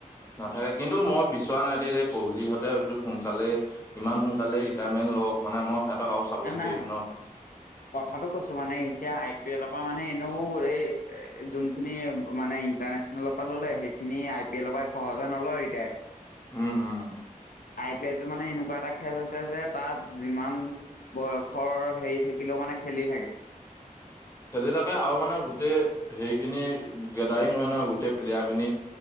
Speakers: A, on the left; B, on the left.
A: নাথাকে কিন্তু মই বিছৰা নাই দেই কোহলিহঁতে এইটো সোনকালেই ইমান সোনকালে ৰিটায়াৰমেণ্ট লওঁক। মানে মই সিহঁতক আৰু চাব
B: নে
A: বিচাৰিছো
B: নাই।
A: ন
B: কথাটো কৈছো মানে এতিয়া আই পি এলৰ পৰা মানে এনেও এই যোনখিনি মানে ইণ্টাৰনেচনেল লগ পালোলে সেইখিনি আই পি এলৰ পৰাই সহজে নলয় এতিয়া।
A: উম, উম।
B: আই পি এলটো মানে এনেকুৱা এটা খেল হৈছে যে তাত যিমান বয়সৰ হেৰি থাকিলেও মানে খেলি থাকে।
A: খেলি থাকে আৰু মানে গোটেই হেৰিখিনি গেডাৰিং হয় ন গোটেই প্লেয়াৰখিনি।